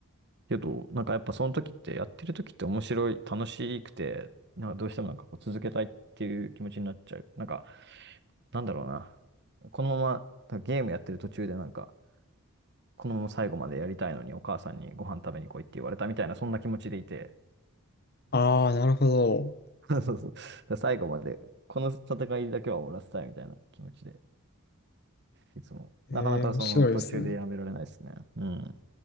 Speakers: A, on the right; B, on the left.
A: けど、なんかやっぱその時って、やってる時って面白い、楽しくて、などうしてもなんかこう続けたいっていう気持ちになっちゃう。なんか、なんだろうな。このまま、ゲームやってる途中でなんか、このまま最後までやりたいのにお母さんにご飯食べに来いって言われたみたいな、そんな気持ちでいて、
B: ああ、なるほど。
A: <laughs> そうそうそうだから最後まで、この戦いだけは終わらせたいみたいな気持ちで、いつも。
B: えー、
A: なかなかその途中でやめられないですね。
B: 面白いですね。
A: うん。